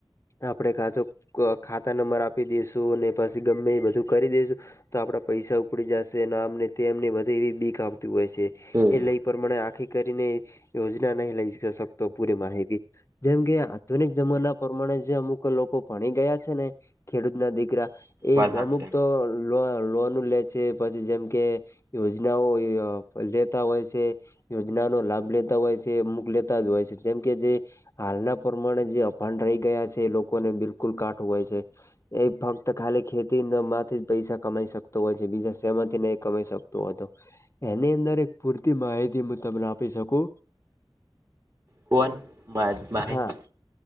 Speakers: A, on the left; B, on the right.
A: આપણેે કા તો ખાતુ તા નંબર આપી દઈશું અને પછી ગમે એ બધું કરી દઈશું. તો આપડા પૈસા ઉપડી જશે અને આમને તેમને વધે એવી બીક આવતી હોય છે
B: હમ
A: એ લઈ પ્રમાણે આખી કરીને યોજના નહી લઈ શકતો પૂરી માહિતી જેમ કે આધુનિક જમાના પ્રમાણે જે અમુક લોકો ભણી ગયા છે ને. ખેડૂત ના દીકરા એ
B: વાત સાચી
A: અમુક તો. લો લોનુ લે છે પછી જેમ કે યોજનાઓ અય લેતા હોય છે. યોજનાનો લાભ લેતા હોય છે અમુક લેતા જ હોય છે જેમ કે જે હાલના પ્રમાણે જે અભન રહી ગયા છે એ લોકોને બિલકુલ કાઠ હોય છે. એ ફક્ત ખાલી ખેતી માંથી પૈસા કમાઈ સકતો હોય છે બીજા સમાથી ન એ કમાઈ શકતો. તો હતો એની અંદર એક પૂરતી માહિતી હું તમને આપી શકુ.
B: કોણ બાત બાહિત
A: હા